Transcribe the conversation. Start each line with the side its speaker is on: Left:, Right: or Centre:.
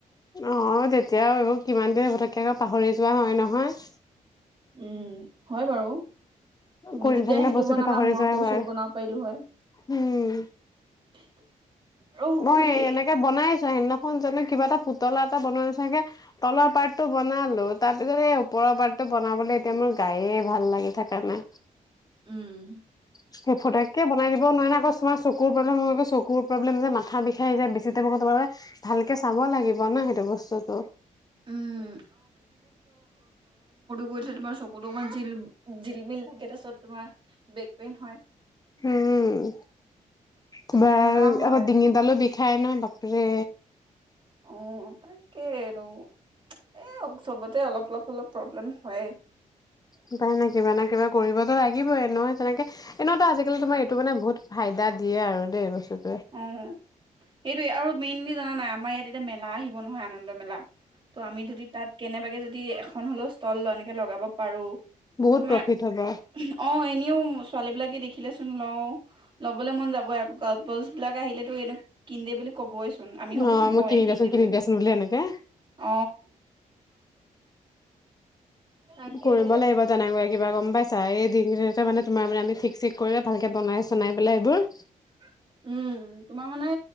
Left: অঁ তেতিয়া এইবোৰ কিমান দেৰি হ'বতকৈ আকৌ পাহৰি যোৱা হয় নহয়
Right: উম হয় বাৰু তুমি
Left: কৰি
Right: তেতিয়া
Left: নাথাকিলে
Right: সেইটো
Left: বস্তুটো
Right: বনাবা
Left: পাহৰি
Right: মই
Left: যোৱাই
Right: ক্ৰছেট
Left: হয়।
Right: বনাব পাৰিলো হয়
Left: উম,
Right: <unintelligible> আৰু
Left: মই
Right: খুলি
Left: এনেকে বনাই আছো সেইদিনাখন জনো কিবা এটা পুতলা এটা বনোৱা নিচাগে তলৰ পাৰ্ট টো বনালো তাৰ পিছত এই ওপৰৰ পাৰ্টটো বনাবলৈ এতিয়া মোৰ গায়ে ভাল লাগি থকা নে
Right: উম
Left: সেই ফটেকে বনাই দিব নোৱাৰ নে আকৌ তোম চকুৰ প্ৰব্লেম হয় চকুৰ প্ৰব্লেম যে মাথা বিষাই আহি যায় বেছিতে। সেইটো কাৰণে ভালকে চাব লাগিব ন সেইটো বস্তুতটো।
Right: উম গৈ থে তোমাৰ চকুতো অকমান জিল জিলমিল, থাকে তাৰপিছত তোমাৰ বেক পেইন হয়।
Left: উম, তোমাৰ
Right: তেনেকুৱাও হয়
Left: আকৌ ডিঙিডালো বিষায় ন বাপে। হে।
Right: অ তাকে তো। এ চবতে অলপ অলপ অলপ প্ৰব্লেম হয়ই।
Left: উপায় নে কিবা না কিবা কৰিবতো লাগিবই এ নয় তেনেকে এনেওতো আজিকালি তোমাৰ এইটো মানে বহুত ফাইদা। এটা দিয়ে আৰু দেই বস্তু
Right: অ সেইটোয়ে আৰু মেইনলি জান নাই আমাৰ ইয়াত এতিয়া মেলা আহিব নহয় আনন্দ মেলা। তো' আমি যদি তাত কেনেবাকে যদি এখন হলেও ষ্টল এনেকে লগাব পাৰো।
Left: বহুত
Right: তোমাৰ
Left: প্ৰফিট হ'ব
Right: অহ এই নিউ ছোৱালী বিলাকে দেখিলে চোন লও ল'বলৈ মন যাব আকৈ পপল বিলাক আহিলেত এনে কিদে বুলি কবই। চোন আমি হ'লেচোন
Left: অ মোক
Right: কওঁয়েই
Left: কিনি
Right: কিন
Left: দিয়াচোন
Right: দিবলে
Left: কিনি দিয়াচোন বুলি এনেকে
Right: অ। তাকেহে
Left: কৰিব লাগিব তেনেকৈ কিবা গম পাইছা এই। তিনি দিনতে মানে তোমাৰ মানে আমি ঠিক চঠিক কৰিলে ভালকে বনাই চনাই পেলাই এইবোৰ।
Right: উ। <unintelligible> উম তোমাৰ মানে